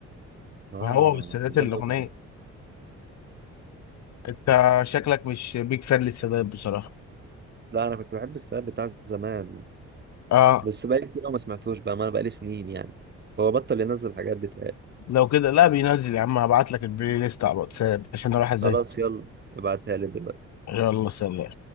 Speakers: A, on the right (about 35°); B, on the left (about 65°).
A: اه
B: ما هو والسادات
A: كانت
B: الاغنيه
A: جامدة أوي
B: انت شكلك مش بيك فان للسادات بصراحه
A: لا انا كنت بحب السادات بتاع زمان
B: اه
A: بس بقالي كتير أوي ما سمعتوش بقى ما انا بقالي سنين يعني هو بطل ينزل الحاجات دي تلاقي
B: لو كده لا بينزل يا عم هبعت لك البلاي ليست على الواتساب عشان اروح اذاكر
A: خلاص يلا ابعتها لي دلوقتي
B: يلا سلام